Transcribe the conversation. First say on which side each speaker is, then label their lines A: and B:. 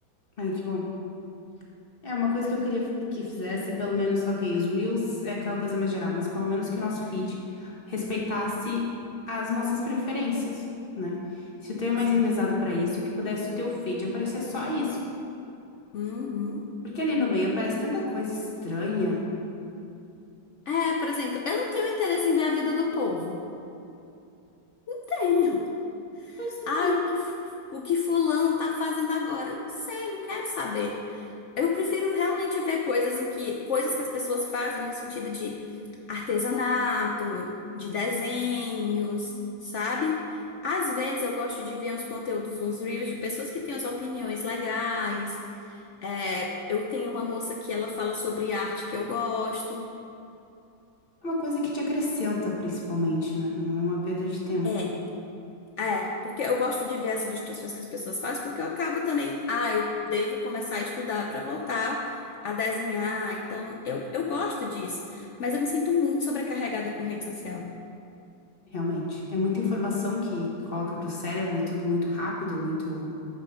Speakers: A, on the left; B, on the left.
A: Ai, que bom. É uma coisa que eu queria que fizesse, pelo menos, ok, os Reels é aquela coisa mais geral, mas pelo menos que o nosso feed respeitasse as nossas preferências, né? Se o teu é mais
B: Sim.
A: enviesado pra isso, que pudesse o teu feed aparecer só isso.
B: Uhum.
A: Porque ali no meio aparece tanta coisa estranha.
B: É, por exemplo, eu não tenho interesse em ver a vida do povo. Tenho.
A: Pois não,
B: Ah, o que, fu- o que fulano tá fazendo agora? Eu não sei, não quero saber. Eu prefiro realmente ver coisas em que coisas que as pessoas fazem no sentido de artesanato, de desenhos, sabe? Às vezes eu gosto de ver uns conteúdos nos reels de pessoas que têm as opiniões legais. É, eu tenho uma moça que ela fala sobre arte que eu gosto.
A: é uma coisa que te acrescenta, principalmente, né? Não é uma perda de tempo,
B: É. É, porque eu gosto de ver as ilustrações que as pessoas fazem, porque eu acabo também, ah, eu devo começar a estudar para voltar a desenhar. Então, eu, eu gosto disso, mas eu me sinto muito sobrecarregada com rede social.
A: realmente. É muita informação que que coloca pro cérebro e tudo muito rápido, muito,